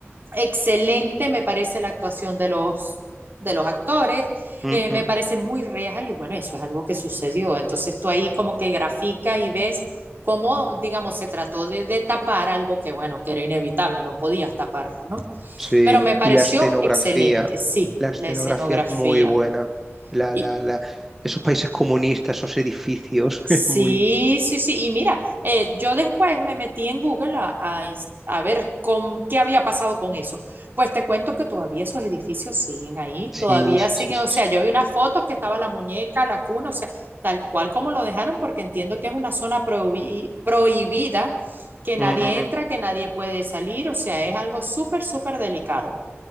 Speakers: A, on the right (about 50°); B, in the centre.
A: excelente me parece la actuación de los, de los actores,
B: Mm,
A: eh, me
B: mm.
A: parece muy real y bueno, eso es algo que sucedió. Entonces tú ahí como que graficas y ves cómo, digamos, se trató de, de tapar algo que bueno, que era inevitable, no podías taparlo, ¿no?
B: Sí,
A: Pero me pareció
B: y la escenografía,
A: excelente, sí,
B: la escenografía
A: la escenografía.
B: es muy buena. La,
A: Y,
B: la, la, esos países comunistas, esos edificios,
A: sí,
B: <laughs> es muy...
A: sí, sí. Y mira, eh, yo después me metí en Google a, a ins- a ver con, qué había pasado con eso. Pues te cuento que todavía esos edificios siguen ahí,
B: Sí,
A: todavía
B: sí,
A: siguen.
B: sí, sí,
A: O sea,
B: sí.
A: yo vi unas fotos que estaba la muñeca, la cuna, o sea, tal cual como lo dejaron, porque entiendo que es una zona prohibi- prohibida, que nadie
B: Mm, mm,
A: entra,
B: mm,
A: que nadie puede salir. O sea, es algo súper, súper delicado.